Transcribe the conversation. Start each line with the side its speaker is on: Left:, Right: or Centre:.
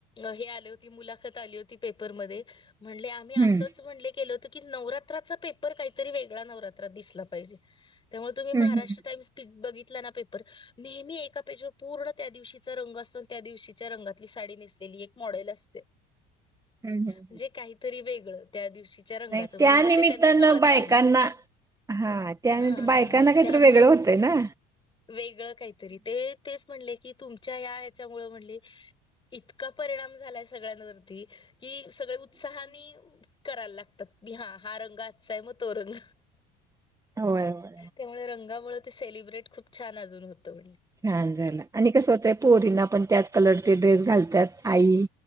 Left: हे आलं की, ती मुलाखत आली होती पेपरमध्ये. म्हणले आम्ही
Right: हम्म
Left: अस म्हणले केल त की नवरात्रचा पेपर काहीतर वेगळा नवरात्रात दिसला पाहिजे. त्यामुळे तुम्ही
Right: हम्म
Left: महाराष्ट्र
Right: हम्म
Left: टाईम्स बघितला ना पेपर. नेहमी एका पेजवर पूर्ण त्या दिवशीचा रंग असतो. त्या दिवशीच्या रंगातली साडी नेस नेसलेली एक मॉडेल असते.
Right: हम्म हम्म
Left: म्हणजे काहीतरी वेगळं त्या दिवशीच्या रंगाच.
Right: नाही
Left: म्हणून
Right: त्या
Left: मग
Right: निमित्तानं
Left: ते त्यांनी सुरुवात
Right: बायकांना
Left: केली.
Right: हा त्यानंतर
Left: हा
Right: बायकांना
Left: मग
Right: काहीतरी
Left: त्यामुळं
Right: वेगळं होतंय ना.
Left: वेगळं काहीतरी ते. तेच म्हणले की तुमच्या या ह्याच्यामुळे म्हणले इतका परिणाम झालाय सगळ्यांवरती. कि सगळे उत्साहाने करायला लागताती हा हा रंग आजचा आहे मग तो रंग.
Right: होय होय.
Left: त्यामुळे रंगामुळे ते सेलिब्रेट खूप छान अजून होतं म्हण.
Right: छान झालं आणि कसं होतय पोरींना पण त्याच कलरचे ड्रेस घालतात आई.